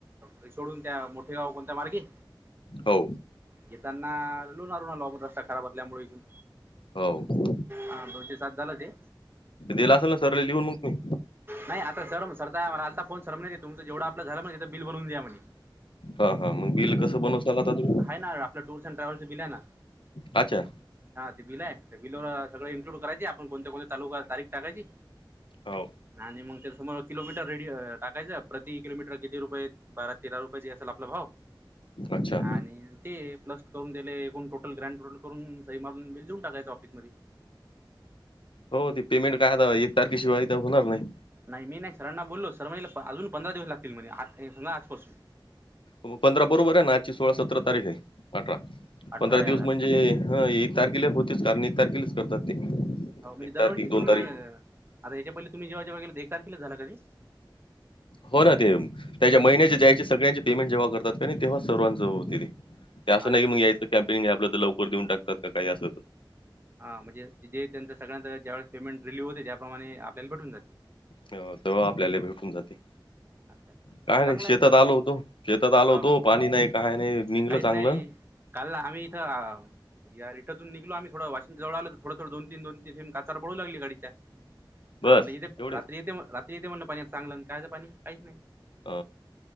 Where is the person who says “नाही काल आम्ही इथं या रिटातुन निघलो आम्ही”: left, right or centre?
Right